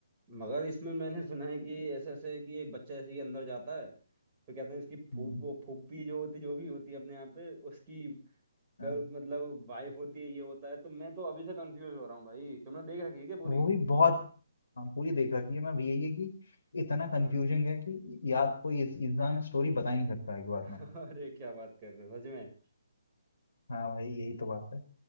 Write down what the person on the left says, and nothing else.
हम्म
हाँ,
वो भी बहुत हाँ, पूरी देख रखी है मैं भी। यही है कि इतना
कंफ्यूजिंग है कि याद कोई इंसान स्टोरी बता ही नहीं सकता एक बार
में
हाँ भाई यही तो बात